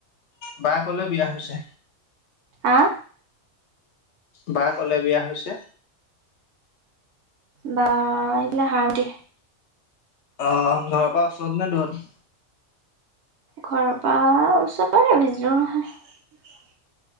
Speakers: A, on the left; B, on the right.
A: বায় কলে বিয়া হৈছে?
B: আহ
A: বা কলে বিয়া হৈছে
B: বা এতিয়া শান্তি
A: আহ ঘৰৰ পৰা ওচৰত নে দূৰত
B: ঘৰ পৰা ওচৰে বিজোৰ নহয়